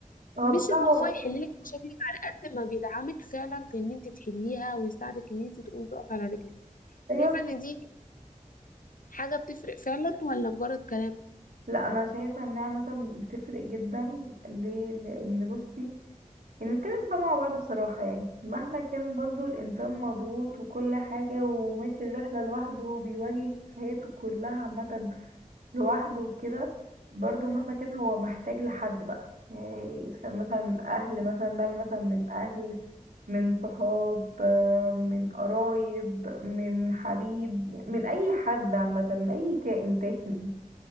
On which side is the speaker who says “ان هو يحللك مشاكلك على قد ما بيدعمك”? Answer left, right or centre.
Left